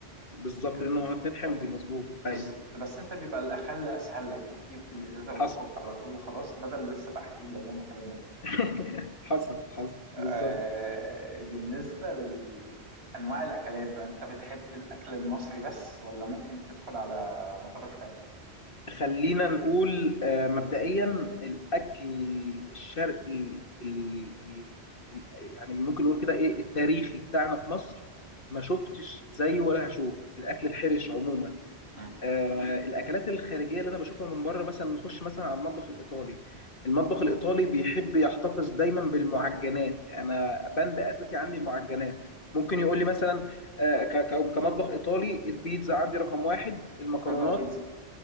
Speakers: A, on the left; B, on the right.
A: بالظبط
B: في
A: لانه هو اتنين
B: النظافة
A: حمضي مظبوط ايوه
B: بالظبط بس انت بيبقى الأخل أسهل لك بتجيب الإزازة وتكب
A: حصل
B: على طول وخلاص بدل لسه بقى هتجيب ليمون وكلام من ده
A: <laughs> حصل حصل
B: آه،
A: بالظبط
B: بالنسبة لأنواع الأكلات بقى أنت بتحب الأكل المصري بس ولا ممكن تدخل على مطابخ تانية؟
A: خلينا نقول آه، مبدئيا الأكل الشرقي ال ال ال يعني ممكن نقول كده إيه التاريخي بتاعنا في مصر ما شفتش زيه ولا هشوف الأكل الحرش عموما
B: مم.
A: آه الأكلات الخارجية اللي أنا بشوفها من بره مثلا نخش مثلا على المطبخ الإيطالي المطبخ الإيطالي بيحب يحتفظ دايما بالمعجنات أنا بند أساسي عندي معجنات ممكن يقول لي مثلا آه، ك- ك- كمطبخ إيطالي البيتزا عندي رقم واحد المكرونات
B: مكرونة وبيتزا